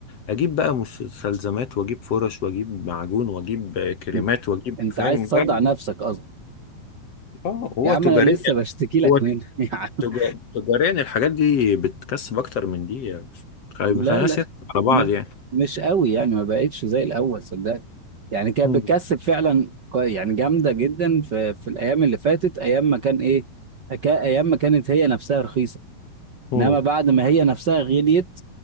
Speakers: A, on the left; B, on the right.
A: اجيب بقى مستلزمات واجيب فرش واجيب معجون واجيب كريمات
B: انت
A: واجيب
B: أنت
A: فاهم
B: عايز تصدع
A: جرب.
B: نفسك قصدك
A: اه هو
B: يا عم
A: تجاريا
B: انا لسه بشتكي لك
A: هو
B: منها
A: تجا-
B: <laughs>
A: تجاريا الحاجات دي بتكسب اكتر من دي يعني. خلي-
B: لا
A: ما خليناش
B: لا
A: نضحك على بعض
B: م...
A: يعني
B: مش قوي يعني ما بقتش زي الاول صدقني يعني كانت
A: مم.
B: بتكسب فعلا كوي- يعني جامده جدا في في الايام اللي فاتت ايام ما كان ايه كا- ايام ما كانت هي نفسها رخيصه
A: مم.
B: انما بعد ما هي نفسها غليت